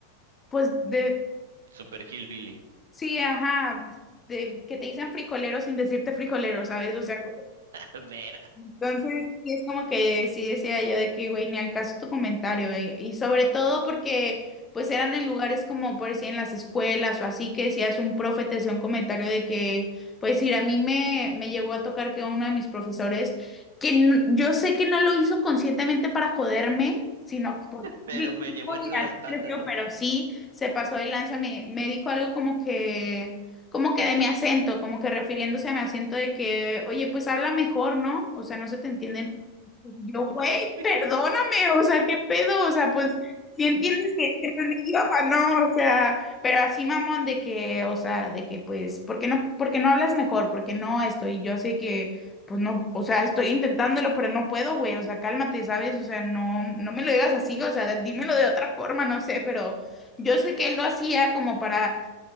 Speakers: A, on the left; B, on the right.
A: pues de,
B: super hillbilly.
A: sí, ajá, de, que te dicen frijolero sin decirte frijolero, ¿sabes? O sea,
B: <laughs> Verga.
A: Entonces, sí es como que sí decía yo de que, güey, ni al caso tu comentario, güey. Y sobre todo porque, pues, eran en lugares como, por decir, en las escuelas o así, que decías un profe, te hacía un comentario de que, pues, ir a mí me, me llegó a tocar que uno de mis profesores, que n- yo sé que no lo hizo conscientemente para joderme, sino por...
B: pero
A: <laughs>
B: me llevó entre las patas,
A: creció,
B: ¿no?
A: pero sí se pasó de lanza, me, me dijo algo como que como que de mi acento, como que refiriéndose a mi acento de que, oye, pues habla mejor, ¿no? O sea, no se te entiende. Yo, güey,
B: <laughs>
A: perdóname, o sea, ¿qué pedo? O sea, pues, si entiendes que, que no es mi idioma, ¿no? O sea, pero así, mamón, de que, o sea, de que, pues, ¿por qué no, por qué no hablas mejor? ¿Por qué no estoy? Yo sé que, pues, no, o sea, estoy intentándolo, pero no puedo, güey, o sea, cálmate, ¿sabes? O sea, no, no me lo digas así, o sea, dímelo de otra forma, no sé, pero yo sé que él lo hacía como para